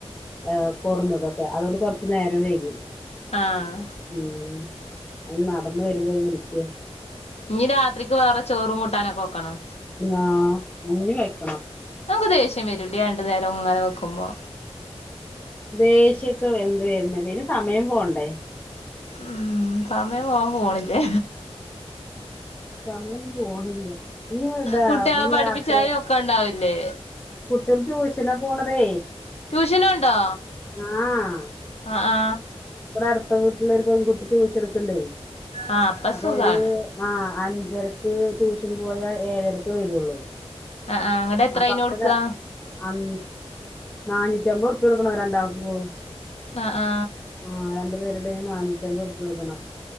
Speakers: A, on the left (about 20°); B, on the left (about 70°).
A: ഏഹ് കൊടുന്നതൊക്കെ അതുകൊണ്ട് കൊറച്ച് നേരം വൈകി. മ്
B: ആഹ്
A: മ് അതും നടന്നു വരുമ്പോയി വിളിക്ക
B: ഇഞ് രാത്രിക്ക് വേറെ ചോറും കൂട്ടാനൊക്കെ വെക്കണോ
A: ആ ഇഞ്ഞി വെക്കണം
B: നമുക്ക് ദേഷ്യം വരൂലേ രണ്ടു നേരം ഇങ്ങനെ വെക്കുമ്പോ
A: ദേഷ്യൊക്കെ എന്ത് വര്ണ് പിന്നെ സമയം പോവണ്ടേ
B: ഉം സമയം പോവാൻ ഫോണില്
A: സമയം പോണില്ല ഇനി ഇതാ
B: കുട്ടികളെ
A: ഇനി
B: പഠിപ്പിച്ചാലും
A: രാത്രി
B: ഒക്കെണ്ടാവില്ലേ
A: കുട്ടികൾ ട്യൂഷന് പോണതേ
B: ട്യൂഷനു ഒണ്ടോ
A: ആഹ്
B: ആ ആ
A: ഇവിടെ അടുത്ത വീട്ടിലെ ഒരു പെൺകുട്ടി ട്യൂഷനെടുക്കുണ്ടെ
B: ആഹ് അപ്പ
A: അപ്പൊ
B: സുഖാണ്
A: അവര് ആ അഞ്ചരക്ക് ട്യൂഷന് പോയാൽ ഏഴരക്കെ വരുള്ളൂ
B: ആഹ് ആഹ് അങ്ങട്ട് എത്ര
A: അപ്പൊ
B: അയിന്
A: <unintelligible>
B: കൊടുക്കാ
A: അം നാനൂറ്റി അമ്പത് റുപ്യ കൊടുക്കണം രണ്ടാൾക്കും
B: ആ ആ
A: ആ രണ്ടു പേരുടെയും നാനൂറ്റമ്പത് റുപ്യ കൊടുക്കണം